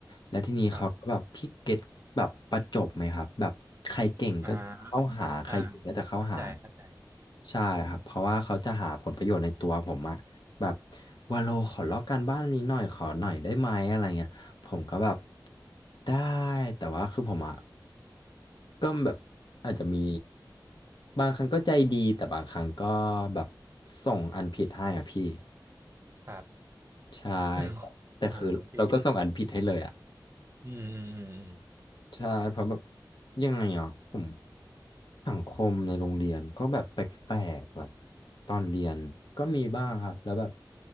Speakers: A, on the left (about 75°); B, on the right (about 40°).
A: และที่นี้เขาก็แบบพิกเก็ตแบบประจบไหมครับแบบใครเก่งก็จะเข้าหาใครเก่งก็จะเข้าหา
B: ครับอ่าอ่าเข้าใจเข้าใจ
A: ใช่ครับเพราะว่าเขาจะหาผลประโยชน์ในตัวผมอะแบบวาโลขอลอกการบ้านนี้หน่อยขอหน่อยได้ไหมอะไรเงี้ยผมก็แบบได้แต่ว่าคือผมอะก็แบบอาจจะมีบางครั้งก็ใจดีแต่บางครั้งก็แบบส่งอันผิดให้อะพี่
B: ครับ
A: ใช่
B: <laughs>
A: แต่คือเราก็ส่งอันผิดให้เลยอ่ะ
B: โอ้โหโอเคอืมอืมอืมอืม
A: ใช่เพราะแบบยังไงอ่ะผมสังคมในโรงเรียนก็แบบแปลกๆแบบตอนเรียนก็มีบ้างครับแล้วแบบ